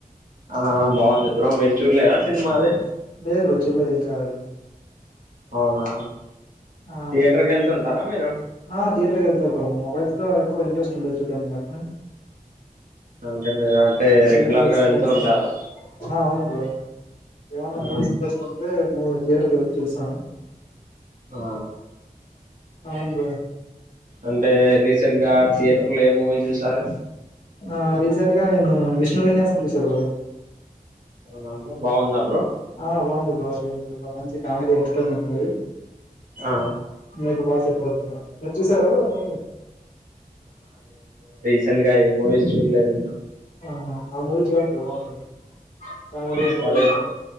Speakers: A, on the right (about 65°); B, on the left (about 50°).
A: ఆ బాగుంది బ్రోం మీరు చూడలేదా సినిమా అది
B: లేదు చూళ్ళేదు ఇంకా అది
A: అవునా
B: ఆ
A: థియేటర్కి వెళ్తుంటారా మీరు
B: ఆ థియేటర్ కేళ్తా బ్రో మొబైల్స్ లో ఎక్కువ ఇంట్రెస్ట్ ఉండదు చూడ్డానికి నాకు
A: అంటే మీరు అంటే
B: థియేటర్
A: రెగ్యులర్
B: ఎక్స్పీరియన్స్
A: గా వెళ్తూ ఉంటారు
B: ఆ అవును బ్రో ఎమన్నా
A: ఆ
B: మూవీస్ ఇంట్రెస్ట్ ఉంటే మూవి థియేటర్కి కేళ్తే చూస్తా
A: ఆ
B: అవును బ్రో
A: అంటే రి రీసెంట్గా థియేటర్లో ఏ మూవీ చూస్తారు
B: ఆ రీసెంట్ గా నేను విష్ణు విన్యాసం చూసా బ్రో
A: అవునా బ్రో బాగుందా బ్రో
B: ఆ బాగుంది బ్రో అది మంచి కామెడీయన్ టెన్మెంట్ ఉన్నది
A: ఆ
B: మీకు బా సెట్ అవుతుంది మీరు చూసారా బ్రో మూవీ
A: సెంట్గా ఏ మూవీస్ చూడలేదు నిను
B: ఆహా ఆ మూవీ చూడండి బ్రో బాగుంటుంది కామెడీ ఎంటర్టైన్మెంట్
A: సరే బ్రో